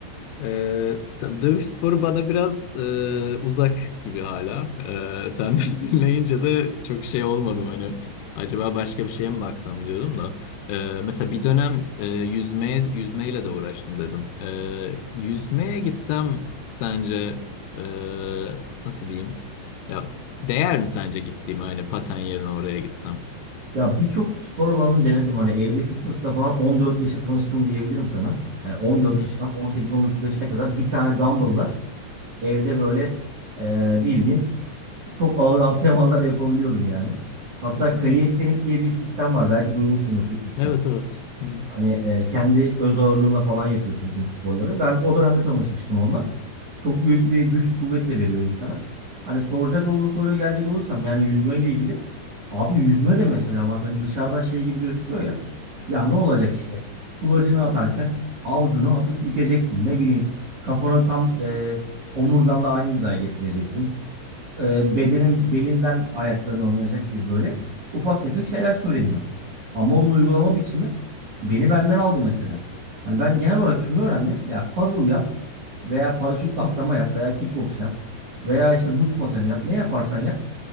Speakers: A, on the left; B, on the right.
A: Ee, tam dövüş sporu bana biraz e, uzak gibi hala. Ee, senden <laughs> dinleyince de çok şey olmadım hani. Acaba başka bir şeye mi baksam diyordum da. Ee, mesela bir dönem e, yüzmeye, yüzmeyle de uğraştım dedin. Ee, yüzmeye gitsem sence e, nasıl diyeyim? Ya değer mi sence gittiğim hani paten yerine oraya gitsem?
B: Ya birçok spor alanını denedim. Hani evde fitness'la falan 14 yaşa tanıştım diyebilirim sana. Yani 14
A: Hı hı,
B: yaşından 18-19 yaşına kadar bir tane dumbbell'la evde böyle e, bildiğin çok ağır antrenmanlar yapabiliyordum yani. Hatta
A: hı hı.
B: kalistenik diye bir sistem var. Belki duymuşsundur fitness'ta.
A: Evet evet. Hı hı,
B: Hani e, kendi öz ağırlığınla falan yapıyorsun tüm sporları. Ben o dönemde tanışmıştım onunla. Çok büyük bir güç kuvvet de veriyor insana. Hani soracak olduğun soruya gelecek olursam yani yüzmeyle ilgili. Abi yüzme de mesela bak hani dışarıdan şey gibi gözüküyor ya. Ya ne olacak
A: hı hı,
B: işte? Kulacını atarken avucunu hafif bükeceksin. Ne bileyim kafanı tam e, omurganla aynı hizaya getireceksin e, bedenin belinden ayaklarına oynayacak gibi böyle ufak tefek şeyler söyleniyor. Ama onun uygulama biçimi beni benden aldı mesela. Hani ben genel olarak şunu öğrendim. Ya puzzle yap veya paraşütle atlama yap veya kickbox yap veya işte buz pateni yap. Ne yaparsan yap.